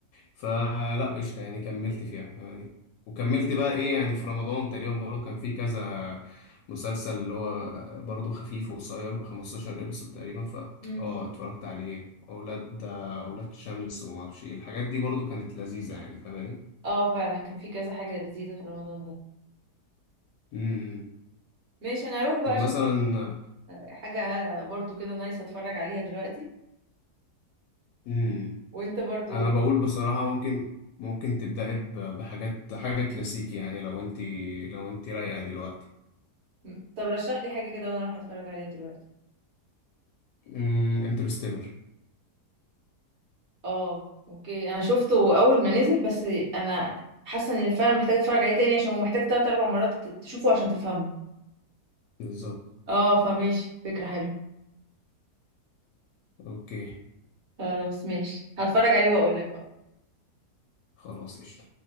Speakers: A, on the left (about 85°); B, on the right (about 50°).
A: فلا قشطه يعني كملت فيها يعني وكملت بقى ايه يعني في رمضان تقريبا برضه كان في كذا مسلسل اللي هو برضه خفيف وقصير ب 15 ابيسود تقريبا ف
B: امم
A: اه اتفرجت عليه اولاد اولاد شمس وما اعرفش ايه الحاجات دي برضو كانت لذيذه يعني فاهماني
B: اه فعلا كان في كذا حاجة لذيذة في رمضان ده
A: امم
B: ماشي انا اروح بقى
A: طب مثلا
B: اشوف حاجة حاجة برضو كده نايس اتفرج عليها دلوقتي
A: امم
B: وانت برضو
A: انا بقول بصراحه ممكن ممكن تبداي ب- بحاجات حاجه كلاسيكي يعني لو انت لو انت رايقه دلوقتي
B: م- طب رشح لي حاجة كده وانا اروح اتفرج عليها دلوقتي
A: امم انترستيلر
B: اه اوكي انا شفته اول ما نزل بس انا حاسه اني فعلا محتاجه اتفرج عليه تاني عشان هو محتاج تلات اربع مرات تت- تشوفه عشان تفهمه
A: بالظبط
B: اه فماشي فكره حلوه
A: اوكي
B: خلاص ماشي هتفرج عليه واقول لك بقى
A: خلاص قشطه